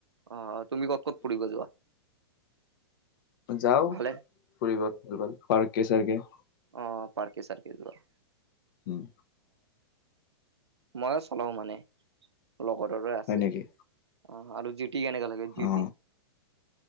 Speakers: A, on the right (about 85°); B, on the left (about 55°).
A: অঁ তুমি ক'ত ক'ত ফুৰিব যোৱা?
B: যাও
A: ভালে
B: ফুৰিব ফুৰিব পাৰকে চাৰকে
A: অ পাৰকে চাৰকে যোৱা।
B: হম
A: মই চলাও মানে লগত দৰে আছে
B: হয় নেকি
A: অ আৰু জিতিি কেনেকা লাগে। ডিউটি
B: অ